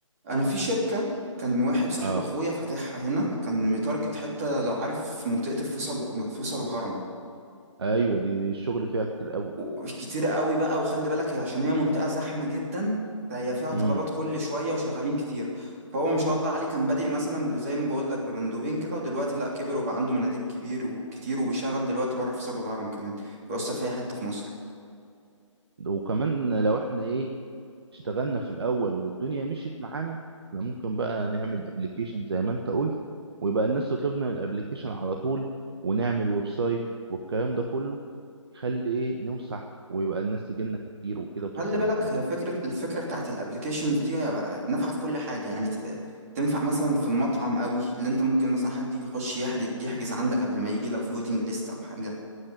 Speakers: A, on the right; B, on the right.
A: أنا في شركة كان واحد صاحب
B: اه
A: أخويا فاتحها هنا كان متارجت حتة لو عارف منطقة الفيصل و... فيصل وهرم
B: ايوه دي الشغل فيها كتير قوي
A: و- كتير قوي بقى وخلي بالك هي عشان هي منطقة زحمة جدا فهي فيها
B: امم
A: طلبات كل شوية وشغالين كتير فهو ما شاء الله عليه كان بادئ مثلا ب- زي ما بقول لك بمندوبين كده ودلوقتي لا كبر وبقى عنده مناديب كبير وكتير وبيشغل دلوقتي بره في سور الهرم كمان بيوصل في اي حتة في مصر
B: وكمان لو احنا ايه اشتغلنا في الاول والدنيا مشيت معانا احنا ممكن بقى نعمل ابلكيشن زي ما انت قلت ويبقى الناس تطلبنا من الابلكيشن على طول ونعمل ويب سايت والكلام ده كله يخلي ايه نوسع ويبقى الناس تجيلنا كتير وكده
A: خلي
B: وتطلب
A: بالك
B: من عندنا
A: هي فكرة الفكرة بتاعت الابليكيشنز دي نافعة في كل حاجة يعني ت- تنفع مثلا في المطعم قوي اللي انت ممكن مثلا حد يجي يخش يحجز يحجز عندك قبل ما يجي لو في ويتنج ليست او حاجة